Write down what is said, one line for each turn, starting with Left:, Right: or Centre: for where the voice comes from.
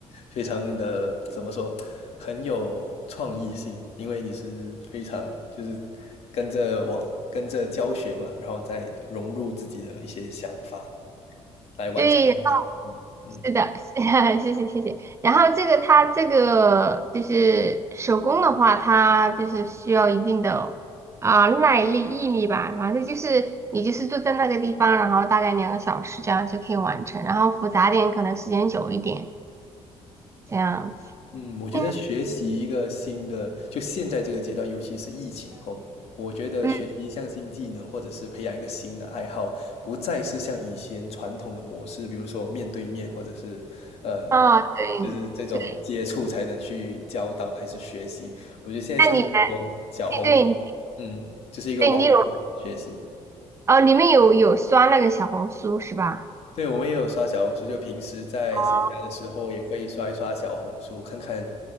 Left: 非常的怎么说，很有创意性，因为你是非常就是跟着往跟着教学嘛，然后再融入自己的一些想法来完成这个手作。
Right: 对，然后
Left: 嗯
Right: 是的，<laughs> 谢谢谢谢。然后这个它这个就是手工的话，它就是需要一定的啊、耐力、毅力吧，反正就是你就是坐在那个地方，然后大概两个小时这样就可以完成，然后复杂点可能时间久一点这样。
Left: 嗯，我觉得学习一个新的，
Right: 嗯
Left: 就现在这个阶段，尤其是疫情后，我觉得学习一项新技能，
Right: 嗯
Left: 或者是培养一个新的爱好，不再是像以前传统的模式，比如说面对面，或者是呃，
Right: 啊，对对，
Left: 就是这种接触才能去教导还是学习，
Right: 那你们
Left: 说小红书，
Right: 对对
Left: 嗯，就是一个网络学习。
Right: 对你有哦，你们有有刷那个小红书是吧？
Left: 对，我们也有刷小红书，就平时在闲暇的时候也会刷一刷小红书，
Right: 哦，
Left: 看看，